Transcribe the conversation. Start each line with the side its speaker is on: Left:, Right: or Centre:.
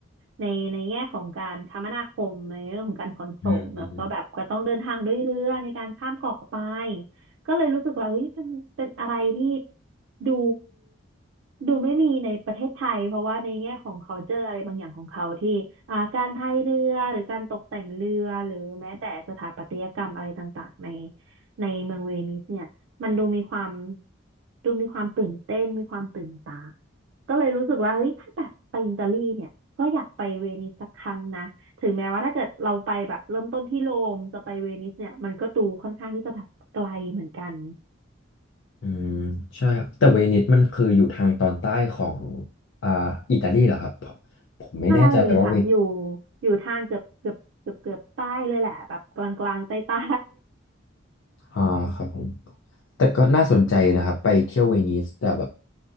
Right: ในในแง่ของการคมนาคมในเรื่องของการขนส่งเนอะก็แบบก็ต้องเดินทางด้วยเรือในการข้ามเกาะไป
Left: อืมอืม
Right: ก็เลยรู้สึกว่าเฮ้ยมันเป็นอะไรที่ดูดูไม่มีในประเทศไทยเพราะว่าในแง่ของ culture อะไรบางอย่างของเขาที่อ่าการพายเรือหรือการตกแต่งเรือหรือแม้แต่สถาปัตยกรรมอะไรต่างๆในในเมืองเวนิสเนี่ยมันดูมีความดูมีความตื่นเต้นมีความตื่นตาก็เลยรู้สึกว่าเฮ้ยถ้าแบบไปอิตาลีเนี่ยก็อยากไปเวนิสสักครั้งนะ ถึงแม้ว่าถ้าเกิดเราไปแบบเริ่มต้นที่โรมจะไปเวนิสเนี่ยมันก็ดูค่อนข้างที่จะแบบไกลเหมือนกัน
Left: อืมใช่ครับแต่เวนิสมันคืออยู่ทางตอนใต้ของอ่าอิตาลีเหรอครับผมผมไม่แน่ใจว่าเว
Right: ใช่ค่ะอยู่อยู่ทางเกือบเกือบเกือบเกือบใต้เลยแหละแบบกลางกลางใต้ใต้
Left: อ่าครับผม แต่ก็น่าสนใจนะครับไปเที่ยวเวนิสแต่แบบ